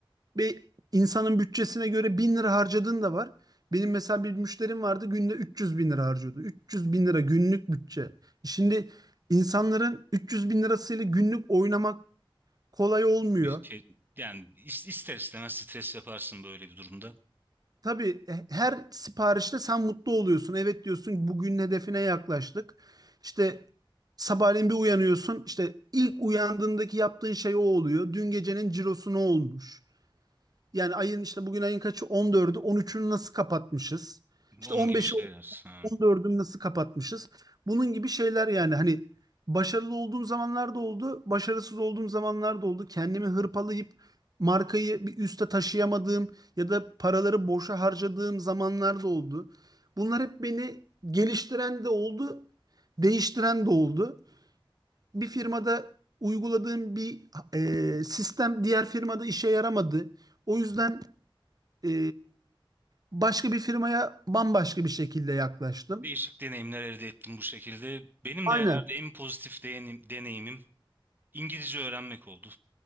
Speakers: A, on the right; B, on the right.
A: bir insanın bütçesine göre bin lira harcadığın da var. Benim mesela bir müşterim vardı günde 300 bin lira harcıyordu. 300 bin lira günlük bütçe. Şimdi insanların 300 bin lirasıyla günlük oynamak kolay olmuyor.
B: Bir şey, yani is- ister istemez stres yaparsın böyle bir durumda.
A: Tabii e, her siparişte sen mutlu oluyorsun. Evet diyorsun bugün hedefine yaklaştık. İşte sabahleyin bir uyanıyorsun. İşte ilk uyandığındaki yaptığın şey o oluyor. Dün gecenin cirosu ne olmuş? Yani ayın işte bugün ayın kaçı? 14'ü. 13'ünü nasıl kapatmışız? İşte
B: Onun
A: 15'i
B: gibi şeyler. Ha.
A: 14'ünü nasıl kapatmışız? Bunun gibi şeyler yani hani başarılı olduğum zamanlar da oldu, başarısız olduğum zamanlar da oldu. Kendimi hırpalayıp markayı bir üste taşıyamadığım ya da paraları boşa harcadığım zamanlar da oldu. Bunlar hep beni geliştiren de oldu, değiştiren de oldu. Bir firmada uyguladığım bir e, sistem diğer firmada işe yaramadı. O yüzden e, başka bir firmaya bambaşka bir şekilde yaklaştım.
B: Değişik deneyimler elde ettim bu şekilde. Benim
A: Aynen.
B: de herhalde en pozitif deyenim- deneyimim İngilizce öğrenmek oldu.